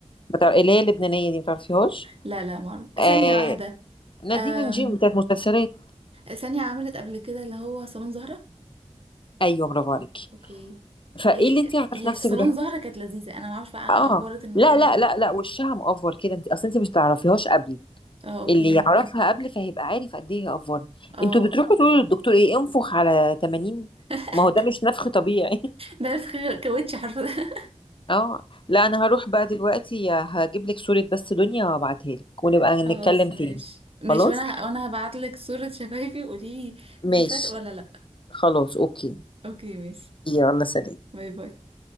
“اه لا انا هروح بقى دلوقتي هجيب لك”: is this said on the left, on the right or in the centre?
Left